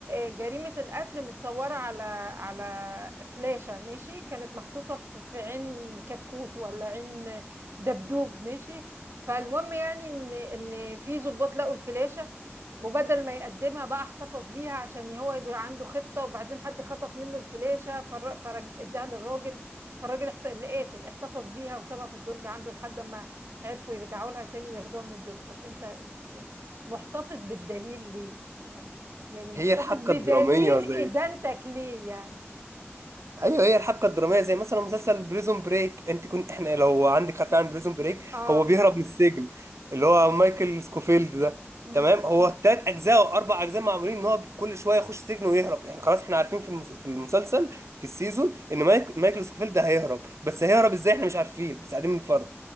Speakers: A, on the right; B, on the right.
A: آه، جريمة القتل متصورة على على فلاشة ماشي كانت محطوطة في في عين كتكوت ولا عين دبدوب ماشي فالمهم يعني ان ان في ضباط لقوا الفلاشة وبدل ما يقدمها بقى احتفظ بيها عشان هو يبقى عنده خطة وبعدين حد خطف منه الفلاشة فر- فرج اداها للراجل فالراجل احت... اللي قاتل احتفظ بيها وسابها في الدرج عنده لحد ما عرفوا يرجعوا لها تاني وياخدوها من الدرج طب انت ش- يعني محتفظ بالدليل ليه يعني يعني محتفظ
B: هي الحبكة
A: بدليل
B: الدرامية زي
A: ادانتك ليه يعني
B: ايوه هي الحبكه الدراميه زي مثلا مسلسل بريزون بريك انت كنت احنا لو عندك خلفيه عن بريزون بريك
A: اه
B: هو بيهرب من السجن اللي هو مايكل سكوفيلد ده
A: مم.
B: تمام هو ثلاث اجزاء او اربع اجزاء معمولين ان هو بي- كل شويه يخش سجن ويهرب احنا خلاص احنا عارفين في المس... في المسلسل في السيزون ان مايك... مايكل سكوفيلد ده هيهرب بس هيهرب ازاي احنا مش عارفين بس قاعدين بنتفرج